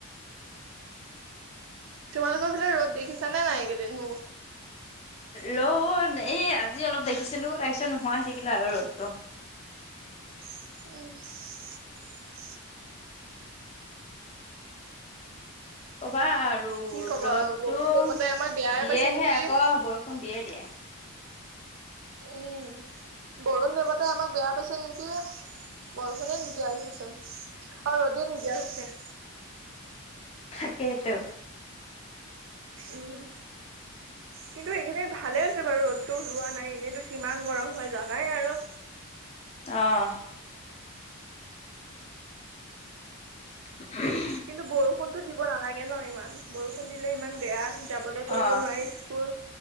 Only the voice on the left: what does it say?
লত এই আজি অলপ দেখিছিলো তাৰপিছত নোহোৱা হৈ থাকিলে আৰু ৰদটো।
অভাৰৰ। আৰু
ৰ'দটো
দিয়েহে
আকৌ বৰষুণ দিয়ে দিয়ে।
থাকেই টো।
অহ। <unintelligible>
অ